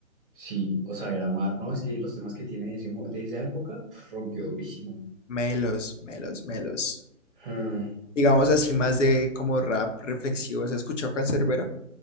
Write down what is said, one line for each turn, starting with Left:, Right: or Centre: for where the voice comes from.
Right: Sí, o Saber Amar, no, es que los temas que tiene de, ese mo- de esa época pf, rompió durísimo.
Left: Melos, melos, melos.
Right: Ah.
Left: Digamos así, más de como rap reflexivo. ¿Has escuchado Canserbero?